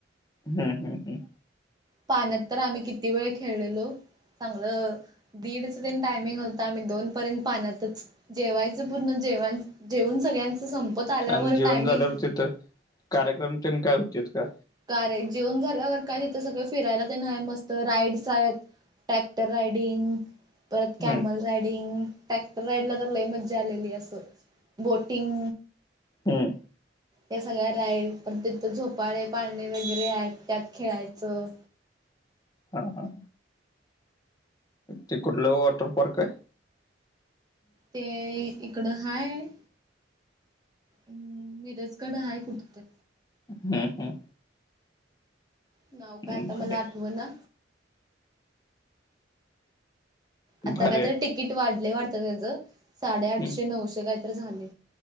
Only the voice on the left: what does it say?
हम्म हम्म हम्म
आणि जेवण
झाल्यावर तिथं कार्यक्रम ते काय होते का
हम्म
हम्म
हा हा ते कुठलं वॉटर पार्क आहे
हम्म हम्म
हम्म
भारी
आहे
भारी
आहे
हम्म